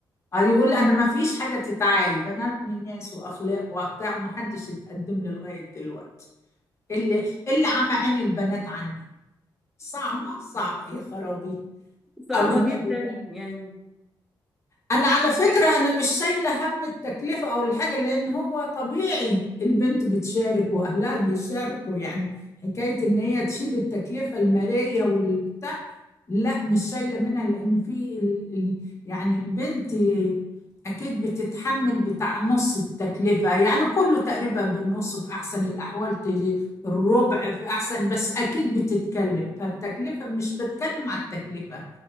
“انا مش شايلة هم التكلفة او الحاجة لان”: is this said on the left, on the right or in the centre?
Left